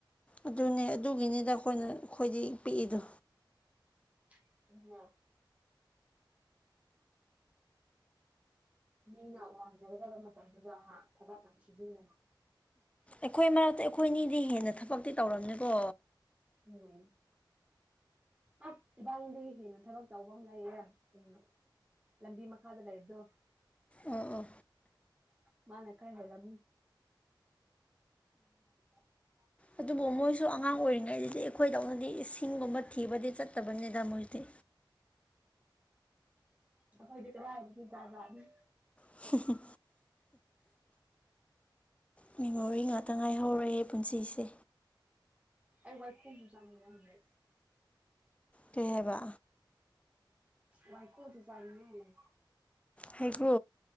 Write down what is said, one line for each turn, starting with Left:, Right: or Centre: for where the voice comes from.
Left: ꯑꯗꯨꯅꯦ ꯑꯗꯨꯒꯤꯅꯤꯗ ꯈꯣꯏꯅ ꯈꯣꯏꯗꯤ ꯄꯤꯛꯏꯗꯣ
Right: <unintelligible> ꯃꯤꯅ ꯋꯥꯡꯖꯒꯗꯕ ꯃꯇꯝꯗꯨꯗ ꯍꯥ ꯊꯕꯛ ꯑꯃꯨꯛ ꯁꯨꯖꯟꯗꯅ
Left: ꯑꯩꯈꯣꯏ ꯃꯔꯛꯇ ꯑꯩꯈꯣꯏꯅꯤꯗꯤ ꯍꯦꯟꯅ ꯊꯕꯛꯇꯤ ꯇꯧꯔꯝꯅꯤꯀꯣ
Right: ꯎꯝ ꯑꯁ ꯏꯕꯥꯅꯤꯗꯒꯤ ꯍꯦꯟꯅ ꯊꯕꯛ ꯇꯧꯕ ꯑꯃ ꯂꯩꯔꯦ ꯎꯝ ꯂꯝꯕꯤ ꯃꯈꯥꯗ ꯂꯩꯕꯗꯣ
Left: ꯑꯣ ꯑꯣ
Right: ꯃꯥꯅ ꯈꯔ ꯍꯦꯜꯂꯝꯅꯤ <unintelligible>
Left: ꯑꯗꯨꯕꯨ ꯃꯣꯏꯁꯨ ꯑꯉꯥꯡ ꯑꯣꯏꯔꯤꯉꯩꯗꯗꯤ ꯑꯩꯈꯣꯏꯗꯧꯅꯗꯤ ꯏꯁꯤꯡꯒꯨꯝꯕ ꯊꯤꯕꯗꯤ ꯆꯠꯇꯕꯅꯤꯗ ꯃꯣꯏꯗꯤ
Right: ꯑꯩꯈꯣꯏꯗꯤ ꯀꯗꯥꯏꯗꯒꯤ ꯖꯥꯠ ꯖꯥꯠꯅꯤ
Left: <unintelligible> ꯃꯦꯃꯣꯔꯤ ꯉꯥꯛꯇ ꯉꯥꯏꯍꯧꯔꯦ ꯄꯨꯟꯁꯤꯁꯦ
Right: ꯑꯩ ꯋꯥꯏꯈꯨꯖꯨ ꯆꯥꯅꯤꯡꯉꯝꯗ꯭ꯔꯦ
Left: ꯀꯩ ꯍꯥꯏꯕ
Right: ꯋꯥꯏꯈꯨꯖꯨ ꯆꯥꯅꯤꯡꯉꯦ
Left: ꯍꯩꯀꯨ